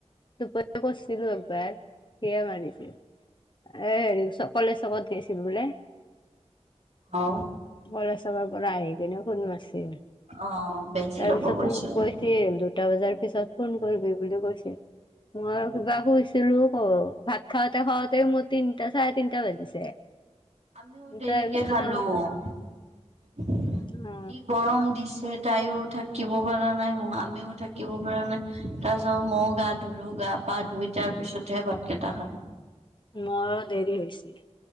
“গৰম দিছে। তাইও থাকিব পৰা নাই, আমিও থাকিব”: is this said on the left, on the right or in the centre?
Right